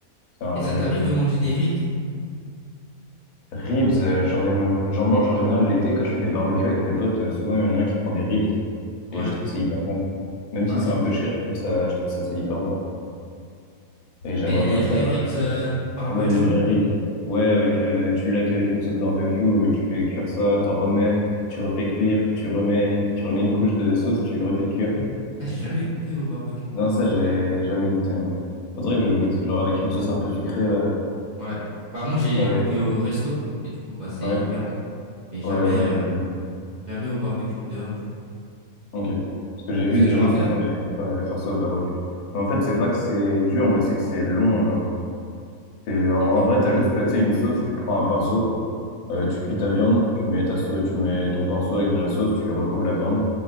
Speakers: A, on the left; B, on the right.
A: c'est un
B: Et
A: régal.
B: ça t'arrive de manger des ribs?
A: Ribs, euh, j'en ai, j'en mange en général l'été quand je fais des barbecues avec mes potes. euh, souvent, il y en a un qui prend des ribs
B: Ouais,
A: et je trouve que c'est hyper bon. Même
B: ah,
A: si
B: je
A: c'est
B: trouve
A: un peu
B: ça
A: cher,
B: hyper
A: je
B: bon.
A: trouve ça, je trouve ça c'est hyper bon. Et j'aimerais
B: Mais
A: bien
B: les vrais
A: faire
B: ribs euh,
A: euh,
B: barbecue,
A: ouais les vrais ribs. Ouais, avec euh, tu laques avec une sauce barbecue, où tu fais cuire ça, t'en remets, tu refais cuire, tu remets, tu remets une couche de sauce, tu refais cuire.
B: ah, j'ai jamais goûté au barbecue.
A: Non, ça j'ai jamais goûté, non. Faudrait que je
B: Ok,
A: goûte, genre avec une sauce un peu sucrée là.
B: ouais. Bah moi j'ai
A: Ouais,
B: goûté au resto et du coup bah c'est
A: ouais,
B: hyper bon, mais jamais
A: Ouais, ouais,
B: euh,
A: j'imagine.
B: jamais au barbecue dehors genre.
A: Ok. Parce que j'ai
B: C'est
A: vu des
B: dur
A: gens
B: à faire.
A: souvent aller faire, aller faire ça au barbecue. Mais en fait, c'est pas que c'est dur, mais c'est que c'est long, genre. C'est, en,
B: Ok.
A: en vrai, t'as juste, tu sais, une sauce, tu prends un pinceau, euh, tu cuis ta viande, tu mets ta sauce, tu mets ton pinceau avec de la sauce, tu recouvres la viande,